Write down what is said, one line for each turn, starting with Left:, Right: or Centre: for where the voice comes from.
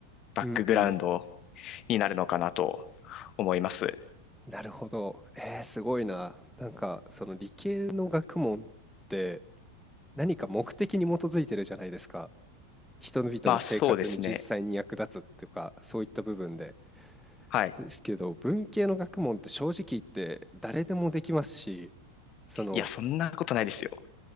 Left: バックグラウンド
Centre: うんうん。
Left: になるのかなと思います。
Centre: なるほど。えー、すごいな。なんか、その理系の学問って何か目的に基づいてるじゃないですか。人々の生活に実際に役立つっていうか、
Left: まあそうですね。
Centre: そういった部分で。
Left: はい。
Centre: ですけど、文系の学問って正直言って誰でもできますし、その、
Left: いや、そんなことないですよ。